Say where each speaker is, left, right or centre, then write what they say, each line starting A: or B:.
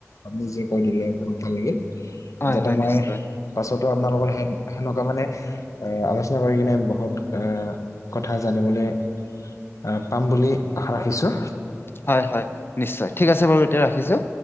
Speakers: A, on the left; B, on the left.
A: আপুনি যে কৈ দিলে বহুত ভাল লাগিল।
B: হয়
A: যাতে
B: হয়
A: মই
B: নিশ্চয়
A: পাছত আপোনাৰ লগত সেনেকুৱা মানে এ আলোচনা কৰি কিনে বহুত এ কথা জানিবলৈ আহ পাম বুলি আশা ৰাখিছোঁ।
B: হয় হয় নিশ্চয় ঠিক আছে বাৰু এতিয়া ৰাখিছোঁ।